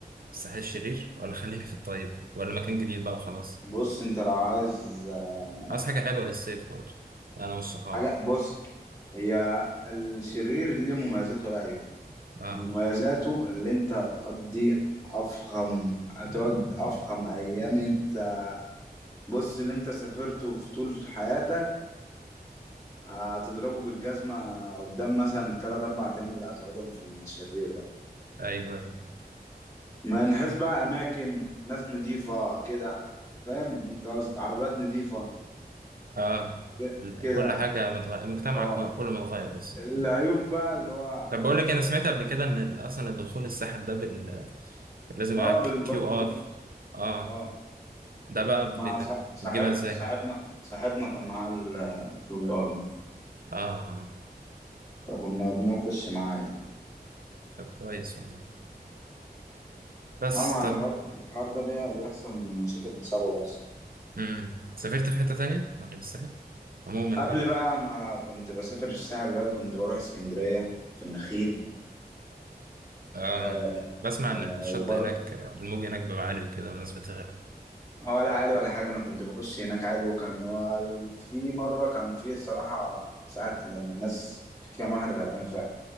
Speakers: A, on the right; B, on the left.
A: الساحل الشرير ولا خليني في الطيب ولا مكان جديد بقى وخلاص
B: بص أنت لو عايز آه،
A: عايز حاجه حلوه للصيف برضو انا والصحاب
B: حاجة بص هي الشرير ليه مميزاته وله عيوب
A: اه
B: مميزاته اللي أنت هتقضي أفخم هتقعد أفخم أيام أنت بص اللي أنت سافرته في طول حياتك هتضربه بالجزمة قدام مثلا تلات أربع أيام اللي هتقعدهم في الشرير ده
A: ايوه ايوه
B: ما نحس بقى اماكن ناس نضيفه كده فاهم انت قصدي عربيات نضيفه
A: اه
B: ك-
A: ال-
B: كده
A: كل
B: يعني
A: حاجه متغير المجتمع
B: اه
A: ك- كله متغير اصلا
B: العيوب بقى اللي هو
A: طب
B: تاخد
A: بقول لك
B: ساعات
A: انا سمعت قبل كده ان ال- اصلا الدخول الساحل ده بال... لازم يبقى
B: اه
A: معاك
B: بالباركود
A: كيو ار اه
B: اه
A: ده بقى
B: مع
A: بت-
B: صاح- صاحب
A: بتجيبها ازاي
B: صاحبنا صاحبنا كان معاه الكيو بي ار ده
A: اه آه.
B: فكنا بنخش معاه عادي يعني.
A: طب كويس والله بس
B: اه مع
A: طب
B: الحوار الحوار ده بي- بيحصل مشاكل بسببه اصلا
A: امم سافرت في حته تانية غير الساحل عموما
B: قبل
A: بقى
B: بقى ما كنت بسافر الساحل بقى كنت بروح اسكندرية في النخيل
A: اه
B: آه
A: بسمع
B: آه
A: ان الشط هناك الموج هناك بيبقى عالي وكده والناس بتغرق
B: ولا عالي ولا حاجة أنا كنت بخش هناك عادي وكان هو ال- في مرة كان في الصراحة ساعة لما الناس كان واحد غرقان فعلا